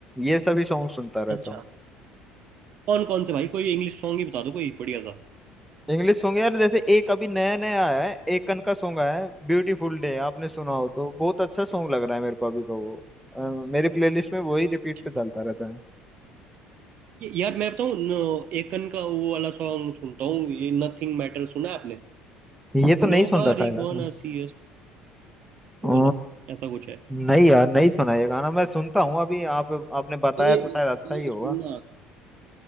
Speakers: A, in the centre; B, on the right.
A: ये सभी सॉन्ग सुनता रहता
B: अच्छा
A: हूँ
B: कौन कौन से भाई कोई इंग्लिश सॉन्ग ही बता दो कोई बढ़िया सा
A: इंग्लिश सॉन्ग यार जैसे एक अभी नया नया आया है एकन का सॉन्ग आया है ब्यूटीफुल डे आपने सुना हो तो बहुत अच्छा सॉन्ग लग रहा है मेरे को अभी तो वो अ, मेरी प्लेलिस्ट में वही
B: अच्छा
A: रिपीट पे चलता रहता है
B: ये- यार मैं बताऊं न- एकन का वो वाला सॉन्ग सुनता हूँ ये नथिंग मैटर सुना है आपने
A: ये तो नहीं
B: नो
A: सुन
B: बारी
A: रखा है यार
B: gonna
A: मैंने।
B: see us
A: अ,
B: वो वाला ऐसा कुछ है
A: नहीं यार नहीं सुना ये गाना मैं सुनता हूँ अभी आप आपने बताया
B: ये
A: तो शायद अच्छा
B: ये
A: ही होगा
B: सुनना